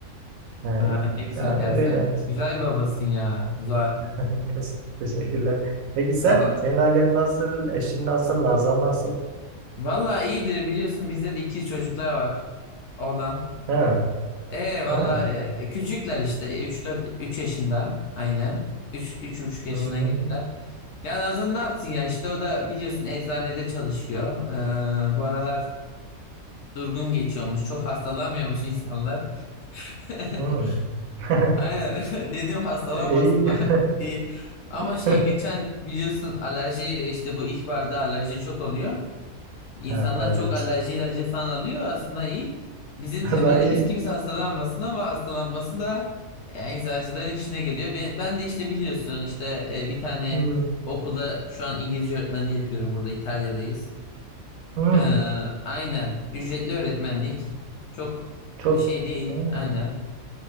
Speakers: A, on the right; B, on the left.
A: Ha,
B: Ha, ne güzel
A: yani
B: ya
A: öyle.
B: sen güzel bir babasın ya Zuhat.
A: <laughs> Tes- Teşekkürler. Peki sen?
B: A-
A: Senin ailen nasıl? Eşin nasıl? Nazan nasıl?
B: Valla iyidir biliyorsun bizde de ikiz çocuklar var oğlan.
A: Ha,
B: E valla
A: ha.
B: e, küçükler işte üç dört üç yaşında aynen. üç üç 3,5
A: Hmm,
B: yaşına girdiler. Ya Nazan ne yapsın ya işte o da biliyorsun eczanede çalışıyor. Ee, bu aralar durgun geçiyormuş. Çok hastalanmıyormuş insanlar. <laughs>
A: hmm. <laughs>
B: Aynen <laughs> dedim hastalanmasınlar.
A: İyi.
B: <laughs> İyi. Ama
A: <laughs>
B: şey geçen biliyorsun alerji işte bu ilkbaharda alerji çok oluyor. İnsanlar
A: Ha, evet.
B: çok alerji ilacı falan alıyor aslında iyi. Bizim
A: <laughs>
B: temennimiz
A: Hatta iyi.
B: kimse hastalanmasın ama hastalanması da yani eczacıların işine geliyor. Ben, ben de işte biliyorsun işte e, bir tane
A: Hmm,
B: okulda şu an İngilizce öğretmenliği yapıyorum burada İtalya'dayız.
A: hmm.
B: Ee, aynen ücretli öğretmenlik çok
A: Çok
B: şey değil
A: hmm.
B: aynen.